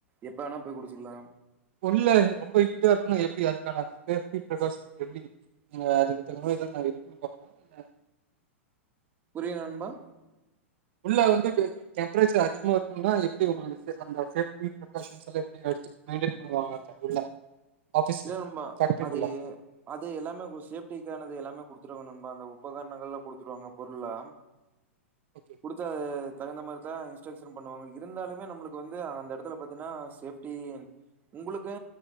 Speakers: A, on the right; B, on the right.
A: எப்ப வேணா போய் குடிச்சிக்கலா
B: ஒல்ல ரொம்ப ஹீட்டா இருக்குன்னா எப்படி அது சேபி பிகாஷன் எப்ப அதுக்கு எலாம்
A: புரியலநண்பா
B: உள்ள வந்து டெம்பரேச்சர் அதிகமா இருக்கும்ன்னா எப்படி உங்களுக்கு அந்த சேப்டி பிகாஷன்ஸ் எல்லாம் எப்டி எடுத்து மெயின்டன் பண்ணுவாங்க அ உள்ள ஆஃபீஸ்ல
A: இல்ல நண்பா
B: ஃபேக்ட்ரிக்குள்ள
A: அது அது எல்லாமே சேப்டிக்கானது எல்லாமே குடுத்துருவங்க நண்பாஅந்த உபகரணங்கள் எலாம் குடுத்துருவாங்க பொருளா
B: ஓகே
A: குடுத்த தகுந்த மாதிரி த இன்ஸ்டரஷன் பண்ணுவாங்க இருந்தாலுமே நம்மளுக்கு வந்து அந்த இடத்துல பாத்திகன்னா சேப்டி உங்களுக்கு